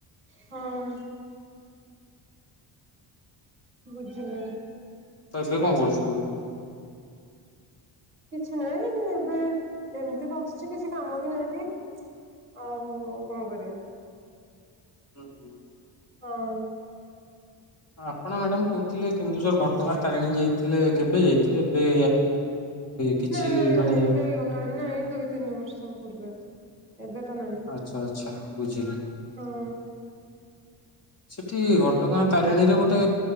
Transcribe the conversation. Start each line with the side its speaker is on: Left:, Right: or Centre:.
Right: ହଁ। ବୁଝିଲେ
Left: ତ ଏବେ କଣ କରୁଛନ୍ତି।
Right: କିଛି ନାହିଁ ଏବେ ଏମିତି ବସୁଛି କିଛି କାମ ବି ନାହିଁ। ଆଉ କଣ କରିବା।
Left: ହୁଁ ହୁଁ।
Right: ହଁ।
Left: ଆପଣ ମ୍ୟାଡାମ କହୁଥିଲେ କେନ୍ଦୁଝର ଘଟଗାଁ ତାରିଣୀ ଯାଇଥିଲେ କେବେ ଯାଇଥିଲେ ଏବେ କିଛି
Right: ନାଇ ନାଇ
Left: ମାନେ
Right: ନାଇଁ ହେଇଗଲାଣି ନାଇଁ ଦୁଇ ତିନି ବର୍ଷ ପୂର୍ବେ। ଏବେ ତ ନାହିଁ
Left: ଆଚ୍ଛା ଆଚ୍ଛା ବୁଝିଲି
Right: ହଁ।
Left: ସେଠି ଘଟଗାଁ ତାରିଣୀରେ ଗୋଟେ